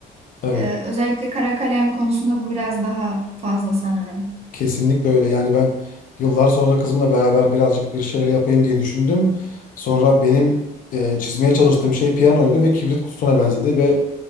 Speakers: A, on the left (about 55°); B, on the right (about 40°).
A: Evet.
B: Ee, özellikle kara kalem konusunda bu biraz daha fazla sanırım.
A: Kesinlikle öyle. Yani ben yıllar sonra kızımla beraber birazcık bir şeyler yapayım diye düşündüm. Sonra benim e, çizmeye çalıştığım şey piyanoydu ve kibrit kutusuna benzedi ve